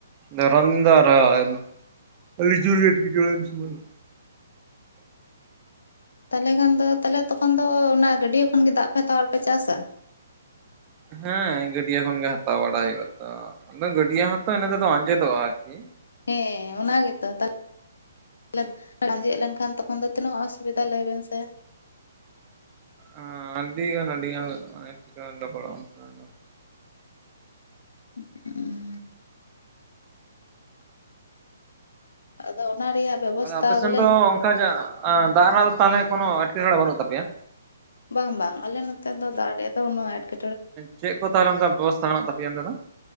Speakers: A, on the right (about 20°); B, on the left (about 85°).
A: ᱫᱷᱚᱨᱚᱢ ᱫᱚ ᱟᱨᱦᱚ ᱮᱢ ᱟᱹᱰᱤ ᱡᱳᱨᱜᱮ ᱮᱴᱠᱮᱴᱚᱬᱮ ᱩᱱ ᱥᱚᱢᱚᱭ ᱫᱚ᱾
B: ᱛᱟᱦᱚᱞᱮ ᱠᱷᱟᱱ ᱫᱚ ᱛᱟᱦᱚᱞᱮ ᱛᱚᱠᱷᱚᱱ ᱫᱚ ᱚᱱᱟ ᱜᱟᱹᱰᱤᱭᱟᱹ ᱠᱷᱚᱱ ᱜᱮ ᱫᱟᱜ ᱯᱮ ᱦᱟᱛᱟᱣᱟ ᱟᱨ ᱯᱮ ᱪᱟᱥᱟ᱾
A: ᱦᱮᱸ ᱜᱟᱹᱰᱤᱭᱟᱹ ᱠᱷᱚᱱᱜᱮ ᱦᱟᱛᱟᱣ ᱵᱟᱲᱟ ᱦᱩᱭᱩᱜ-ᱟ ᱛᱚ᱾ ᱟᱫᱚ ᱜᱟᱹᱰᱤᱭᱟᱹ ᱦᱚᱸᱛᱚ ᱤᱱᱟᱹ ᱛᱮᱫᱚ ᱟᱸᱡᱮᱫᱚᱜᱼᱟ ᱟᱨᱠᱤ᱾
B: ᱦᱮᱸ ᱟᱱᱟ ᱜᱮᱛᱚ ᱛᱟᱞ ᱞᱮ ᱟᱸᱡᱮᱫ ᱞᱮᱱᱠᱷᱟᱱ ᱛᱚᱠᱷᱚᱱ ᱫᱚ ᱛᱤᱱᱟᱹᱜ ᱚᱥᱩᱵᱤᱫᱷᱟ ᱞᱟᱹᱭ ᱵᱮᱱ ᱥᱮ?
A: ᱟᱸ ᱟᱹᱰᱤᱜᱟᱱ ᱟᱹᱰᱤᱜᱟᱱ ᱮᱴᱠᱮᱴᱚᱬᱮ ᱞᱮ ᱯᱟᱲᱟᱜ-ᱟ ᱚᱱᱛᱮ <unintelligible>
B: <unintelligible> ᱟᱫᱚ ᱚᱱᱟ ᱨᱮᱭᱟᱜ ᱵᱮᱵᱚᱥᱛᱷᱟ
A: ᱟᱫᱚ ᱟᱯᱮ ᱥᱮᱱ
B: ᱵᱚᱞᱮ
A: ᱫᱚ ᱚᱱᱠᱟ ᱡᱟ ᱟᱸ ᱫᱟᱜ ᱨᱮᱱᱟᱜ ᱫᱚ ᱛᱟᱞᱦᱮ ᱠᱳᱱᱚ ᱮᱴᱠᱮᱴᱚᱬᱮ ᱵᱟᱹᱱᱩᱜ ᱛᱟᱯᱮᱭᱟ?
B: ᱵᱟᱝ ᱵᱟᱝ ᱟᱞᱮ ᱱᱚᱛᱮ ᱫᱚ ᱫᱟᱜ ᱨᱮᱭᱟᱜ ᱫᱚ ᱩᱱᱟᱹᱜ ᱮᱴᱠᱮ
A: ᱪᱮᱫ ᱠᱚ ᱛᱟᱦᱚᱞᱮ ᱚᱱᱠᱟ ᱵᱮᱵᱚᱥᱛᱟ ᱢᱮᱱᱟᱜ ᱛᱟᱯᱮᱭᱟ ᱚᱱᱛᱮ ᱫᱚ?